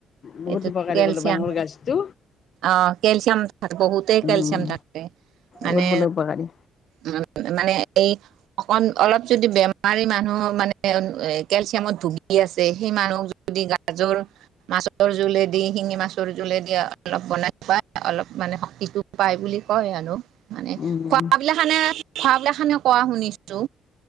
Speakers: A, on the left; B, on the right.
A: বহুত
B: এইটো
A: উপকাৰী
B: কেলচিয়াম।
A: বোলে বাঁহৰ গাজটো
B: আহ, কেলচিয়াম থাকে। বহুতেই
A: উম,
B: কেলচিয়াম থাকে মানে।
A: বহুত বোলে উপকাৰী
B: উম, মানে এই অকণ অলপ যদি বেমাৰী মানুহ মানে কেলচিয়ামত ভুগি আছে সেই মানুহক জনক গাজৰ মাছৰ দি মাছৰ জোলেদি শিঙি মাছৰ জোলেদি অলপ বনাই খোৱা অলপ মানে শক্তিটো পায় বুলি কয় মানুহ মানে
A: উম,
B: খোৱাবিলা খানে খোৱাবলা খানে খোৱা শুনিছো।